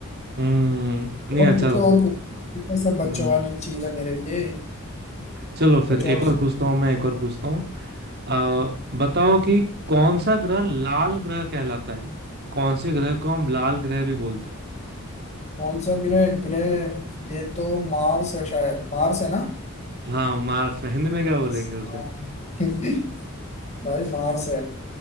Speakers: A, on the right; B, on the left.
A: हम्म नहीं
B: और
A: अच्छा
B: पूछो
A: था
B: और पूछो ये तो सब
A: हम्म
B: बच्चों वाली चीज है मेरे लिए
A: चलो फिर
B: कुछ और
A: एक
B: पूछो।
A: और पूछता हूँ मैं एक और पूछता हूँ आ बताओ कि कौन सा ग्रह लाल ग्रह कहलाता है कौन से ग्रह को हम लाल ग्रह भी बोलते हैं
B: कौन सा ग्रह ग्रह ये तो मार्स है शायद मार्स है ना
A: हाँ मार्स में हिंदी में क्या
B: मार्स,
A: बोलेंगे उसे
B: हाँ। <laughs> भाई मार्स है